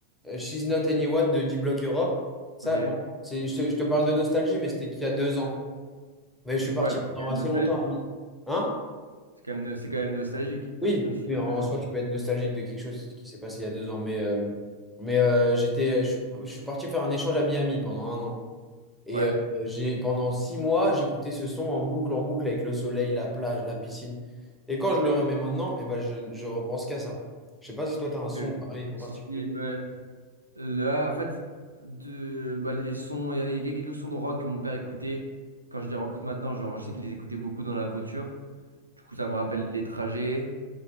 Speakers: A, in the centre; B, on the right.
A: She's Not Anyone de D-Block Europe. Ça,
B: Ok.
A: bon, c'est, je te, je te parle de nostalgie, mais c'était qu'il y a deux ans. Mais je suis parti
B: Ouais, mais c'est
A: pendant
B: quand
A: assez
B: même nostalgique.
A: longtemps. à Mi- Hein?
B: C'est quand même, no- c'est quand même nostalgique,
A: Oui,
B: même si
A: oui, en en
B: dedans.
A: soi, tu peux être nostalgique de quelque chose qui s'est passé il y a deux ans, mais, euh, mais euh, j'étais, je, suis je suis parti faire un échange à Miami pendant un an. Et
B: Ouais.
A: euh, j'ai, pendant six mois, j'écoutais ce son en boucle, en boucle, avec le soleil, la plage, la piscine. Et quand je le remets maintenant, eh ben, je, je repense qu'à ça. Je sais pas si toi, tu as
B: Ok,
A: un son pareil
B: ok.
A: en
B: Si-
A: particulier.
B: si, mais là, en fait, de, bah, les sons, il y a des- il y a quelques sons de rock que mon père écoutait. Quand je les réécoute maintenant, genre, je sais qu'il les écoutait beaucoup dans la voiture. Du coup, ça me rappelle les trajets,